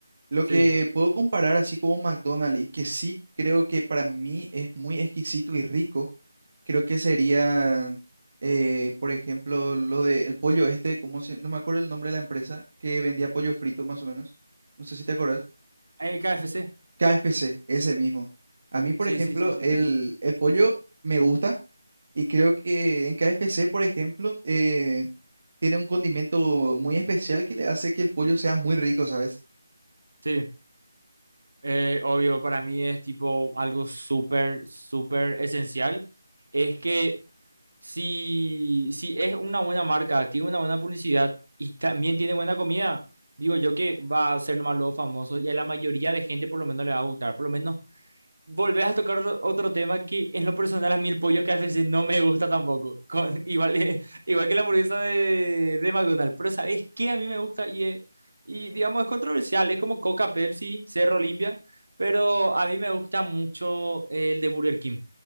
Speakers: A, on the right; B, on the right.
A: Lo
B: sí.
A: que puedo comparar así como McDonald's y que sí creo que para mí es muy exquisito y rico Creo que serían, eh, por ejemplo, lo de el pollo este, como no me acuerdo el nombre de la empresa, que vendía pollo frito más o menos. No sé si te acuerdas.
B: El KFC.
A: KFC, ese mismo. A mí, por
B: Sí,
A: ejemplo,
B: sí, sí, sí.
A: el, el pollo me gusta y creo que en KFC, por ejemplo, eh, tiene un condimento muy especial que le hace que el pollo sea muy rico, ¿sabes?
B: Sí. Eh, obvio, para mí es tipo algo súper, súper esencial. Es que si, si es una buena marca, tiene una buena publicidad y también tiene buena comida, digo yo que va a ser nomás los famosos y a la mayoría de gente por lo menos le va a gustar. Por lo menos volvés a tocar otro, otro tema que en lo personal a mí el pollo KFC no me gusta tampoco. Con- <laughs> igual, eh, igual que la hamburguesa de, de McDonald's. Pero ¿sabes qué? A mí me gusta y, eh, y digamos es controversial. Es como Coca, Pepsi, Cerro Olimpia. Pero a mí me gusta mucho el de Burger King.